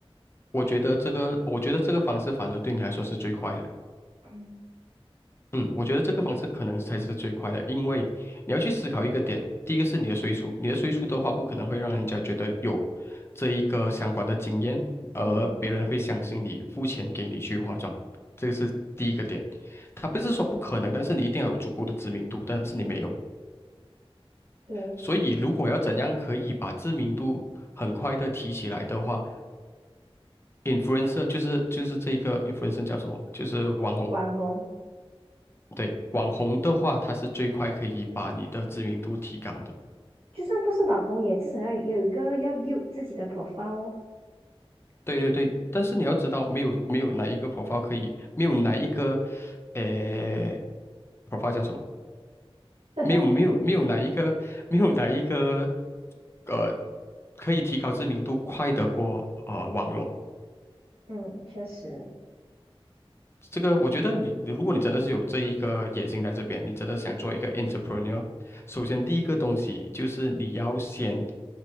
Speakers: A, on the left; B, on the right.
A: 我觉得这个，我觉得这个方式反而对你来说是最快的。
B: 嗯
A: 嗯，我觉得这个方式可能才是最快的，因为你要去思考一个点，第一个是你的岁数，你的岁数的话，不可能会让人家觉得有这一个相关的经验，而别人会相信你，
B: 嗯，
A: 付钱给你去化妆，这个是第一个点。他不是说不可能，但是你一定要有足够的知名度，但是你没有，
B: 对，
A: 所以如果要怎样可以把知名度很快的提起来的话，influencer 就是就是这一个 influencer 叫什么？就是网红。
B: 网红，
A: 对，网红的话，它是最快可以把你的知名度提高的。
B: 就算不是网红，也至少要有一个要 build 自己的 profile 哦。
A: 对对对，但是你要知道，没有没有哪一个 profile 可以，没有哪一个，呃，profile 叫什么？
B: <laughs>
A: 没有没有没有哪一个没有哪一个，呃，可以提高知名度快得过呃网络。
B: 嗯，确实，
A: 这个我觉得你，你如果你真的是有这一个野心在这边，你真的想做一个 entrepreneur，首先第一个东西就是你要先